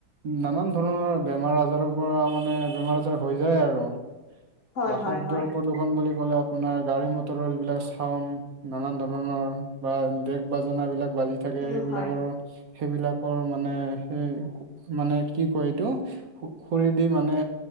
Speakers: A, on the right; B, on the left.
A: নানান ধৰণৰ বেমাৰ আজাৰৰ পৰা মানে বেমাৰ আজ <inaudible> হৈ যায় আৰু
B: হয়,
A: বা
B: হয়,
A: শব্দৰ
B: হয়,
A: প্ৰদূষণ বুলি লে আপোনাৰ গাড়ী মটৰৰ যবিলাক চাউড নানান ধৰণৰ বা ডেক বাজনা বিলাক বাজি থাকে
B: উম,
A: সেইবিলাকৰ
B: হয়,
A: সেইবিলাকৰ মানে সেই মানে কি কয় এইটো খুৰেদি মানে